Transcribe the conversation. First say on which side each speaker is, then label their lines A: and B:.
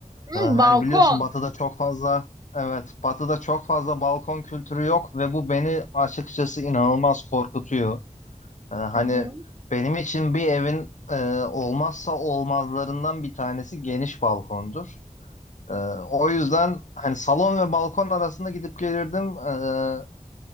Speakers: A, on the right; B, on the left.
A: Hmm,
B: hani
A: balkon.
B: biliyorsun Batı'da çok fazla evet Batı'da çok fazla balkon kültürü yok ve bu beni açıkçası inanılmaz korkutuyor. Ee, hani
A: Hı hı.
B: benim için bir evin e, olmazsa olmazlarından bir tanesi geniş balkondur. Ee, o yüzden hani salon ve balkon arasında gidip gelirdim. Ee,